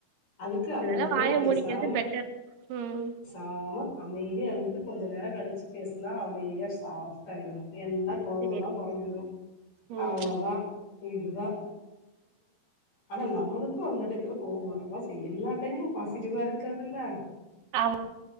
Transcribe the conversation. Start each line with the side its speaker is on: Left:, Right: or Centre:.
Left: அதுக்கு அந்த
Right: அதனால
Left: இடத்துல
Right: வாய
Left: பேசாம
Right: மூடிக்கிறது பெட்டர் ம்
Left: ஆமா அமைதியாக இருந்துட்டு கொஞ்சம் நேரம் கழிச்சு பேசினா அமைதியாக சாஃப்ட் ஆயிடுவன் எல்லா கோவலா
Right: சேரி
Left: குறைஞ்சிடும்
Right: ம்
Left: அவ்ளொதான் இதுதா ஆனா நம்மளுக்கு அந்த டெக் துல கோவம்வரதா செய்யும் எல்லா டைமு பாசிட்டிவா இருக்காது இல்ல
Right: ஆமா